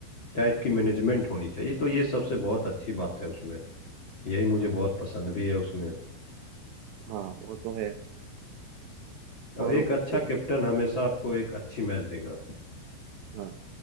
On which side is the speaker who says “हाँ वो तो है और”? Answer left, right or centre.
Right